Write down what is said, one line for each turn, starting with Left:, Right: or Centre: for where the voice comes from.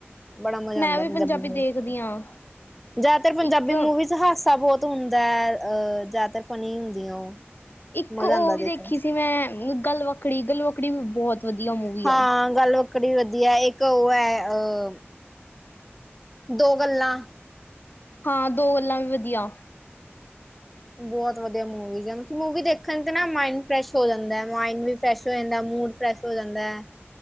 Centre: ਬੜਾ ਮਜ਼ਾ
Left: ਮੈਂ
Centre: ਆਉਂਦਾ
Left: ਵੀ
Centre: ਪੰਜਾਬੀ ਮਵੀ
Left: ਦੇਖਦੀ
Centre: ਦੇਖਣ ਚ।
Left: ਹਾਂ
Centre: ਜ਼ਿਆਦਾਤਰ ਪੰਜਾਬੀ
Left: ਇੱਕ
Centre: ਮੂਵੀ ਚ ਹਾਸਾ ਬਹੁਤ ਹੁੰਦਾ ਐ। ਜ਼ਿਆਦਾਤਰ ਫਨੀ ਹੁੰਦੀਆਂ ਉਹ
Left: ਇੱਕ
Centre: ਮਜ਼ਾ
Left: ਉਹ
Centre: ਆਂਦਾ ਦੇਖਣ
Left: ਵੀ ਦੇਖੀ
Centre: ਚ
Left: ਸੀ ਮੈਂ ਗ਼ਲਵਕੜੀ! ਗ਼ਲਵਕੜੀ ਮੈਂ ਬਹੁਤ। ਵਧੀਆ ਮੂਵੀ
Centre: ਹਾਂ
Left: ਆ
Centre: ਗ਼ਲਵਕੜੀ ਵਧੀਆ। ਇੱਕ ਉਹ ਹੈ ਅ। ਦੋ ਗੱਲਾਂ।
Left: ਹਾਂ ਦੋ ਗੱਲਾਂ ਵੀ ਵਧੀਆ।
Centre: ਬਹੁਤ ਵਧੀਆ ਮੂਵੀਜ਼ ਹੈ। ਮੂਵੀ ਦੇਖਣ ਤੇ ਨਾ ਮਾਇੰਡ ਫਰੈਸ਼ ਹੋ ਜਾਂਦਾ ਮਾਇੰਡ ਵੀ ਫਰੈਸ਼ ਹੋ ਜਾਂਦਾ ਮੂਡ। ਫਰੈਸ਼ ਹੋ ਜਾਂਦਾ ਹੈ।